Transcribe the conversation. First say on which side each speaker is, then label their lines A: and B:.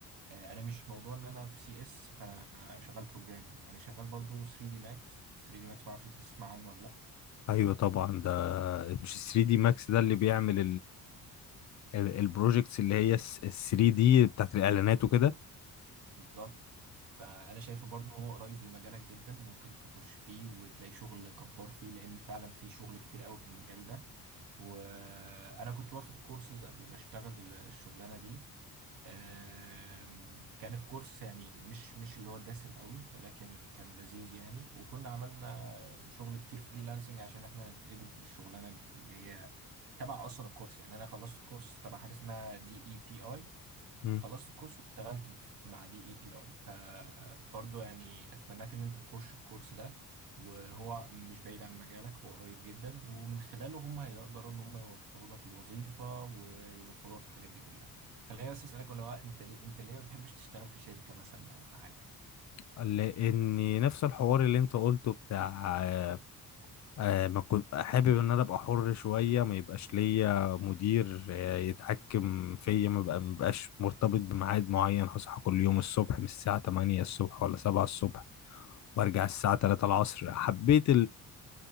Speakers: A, on the right; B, on the left.
A: أه، انا مش موضوع ان انا في سي اس فانا شغال بروجرامنج انا شغال برضو 3 دي ماكس 3 دي ماكس ما اعرفش انت تسمع عنه ولا لا
B: ايوه طبعا ده مش 3 دي ماكس ده اللي بيعمل البروجكتس اللي هي 3 دي بتاعت الاعلانات وكده
A: بالظبط فانا شايفه برضه هو قريب لمجالك جدا ممكن تخش فيه وتلاقي شغل جبار فيه لان فعلا في شغل كتير قوي في المجال ده وانا كنت واخد كورسز قبل ما اشتغل الشغلانه دي آم، كان الكورس يعني مش مش اللي هو دسم قوي ولكن كان لذيذ يعني وكنا عملنا شغل كتير فريلانسنج عشان احنا نتقبل في الشغلانه اللي هي تبع اصلا الكورس يعني انا خلصت الكورس تبع حاجه اسمها دي اي بي اي
B: مم.
A: خلصت الكورس واشتغلت في- مع دي اي بي اي فبرضه يعني اتمناك ان انت تخش الكورس ده وهو مش بعيد عن مجالك هو قريب جدا ومن خلاله هم هيقدروا ان هم يوفروا لك الوظيفة ويوفروا لك الحاجات دي كلها خليني بس اسالك ولا هو انت ليه انت ليه ما بتحبش تشتغل في شركة مثلا او في حاجة
B: لان نفس الحوار اللي انت قلته بتاع آه، آه، ما كنت حابب ان انا ابقى حر شويه ما يبقاش ليا مدير آه، يتحكم فيا ما بقى- ما بقاش مرتبط بميعاد معين هصحى كل يوم الصبح من الساعه 8 الصبح ولا 7 الصبح وارجع الساعه 3 العصر حبيت